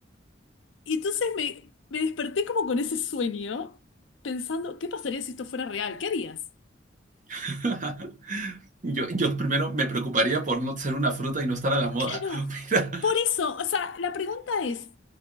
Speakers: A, on the left (about 75°); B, on the right (about 45°).
A: Y entonces me, me desperté como con ese sueño, pensando, ¿qué pasaría si esto fuera real? ¿Qué harías?
B: <laughs> Yo, yo primero me preocuparía por no ser una fruta y no estar a la moda.
A: Claro,
B: <laughs> Mira,
A: por eso, o sea, la pregunta es,